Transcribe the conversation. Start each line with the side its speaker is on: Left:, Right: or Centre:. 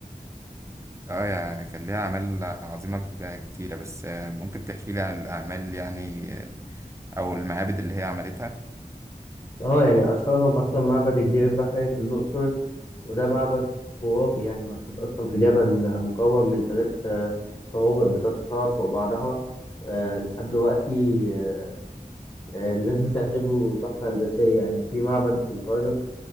Right: اه يعني كان ليها أعمال عظيمة كتيرة بس آه، ممكن تحكي لي عن الأعمال يعني آه، أو المعابد اللي هي عملتها؟
Left: اه يعني أشهرهم أصلا معبد الدير البحري في الأقصر وده معبد خرافي يعني منحوت أصلا في جبل مكون من ثلاث طوابق بتتصاعد فوق بعضها آه، لحد دلوقتي آه، آه، الناس بتعتبره تحفة هندسية يعني في معبد الكرنك